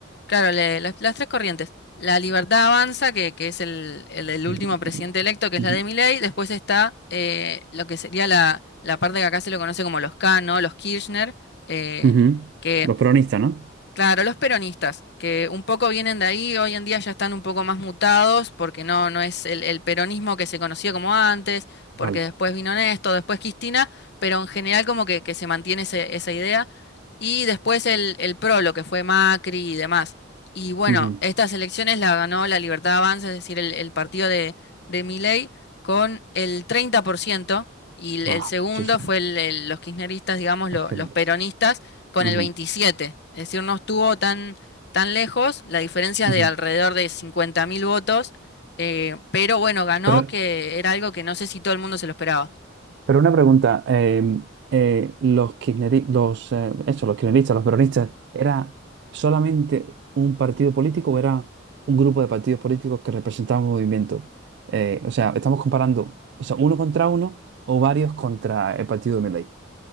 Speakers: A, on the left (about 55°); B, on the right (about 60°).
A: Claro, le- las, las tres corrientes. La Libertad Avanza, que, que es el, el, el último
B: Eh,
A: presidente electo, que es
B: ujú.
A: la de Milei. Después está eh, lo que sería la, la parte que acá se lo conoce como los K, ¿no? Los Kirchner, eh,
B: Ujú.
A: que
B: Los peronistas, ¿no?
A: Claro, los peronistas, que un poco vienen de ahí, hoy en día ya están un poco más mutados, porque no, no es el, el peronismo que se conocía como antes, porque
B: Vale.
A: después vino Néstor, después Cristina, pero en general como que, que se mantiene ese- esa idea, y después el, el PRO, lo que fue Macri y demás. Y bueno,
B: Ujú.
A: estas elecciones la ganó la Libertad Avanza, es decir, el, el partido de, de Milei, con el 30%, y el, el
B: Va,
A: segundo
B: sí, sí.
A: fue el- el- los kirchneristas, digamos, lo-
B: Los kirchneristas.
A: los peronistas con
B: Ujú.
A: el 27. Es decir, no estuvo tan, tan lejos, la diferencia
B: Ujú.
A: es de alrededor de 50.000 votos, eh, pero bueno, ganó,
B: Pero
A: que era algo que no sé si todo el mundo se lo esperaba.
B: Pero una pregunta, eh, eh, los kirchneri- los, eh, eso, los kirchneristas, los peronistas, ¿era solamente un partido político o era un grupo de partidos políticos que representaban un movimiento? Eh, o sea, estamos comparando, o sea, uno contra uno o varios contra el partido de Milei.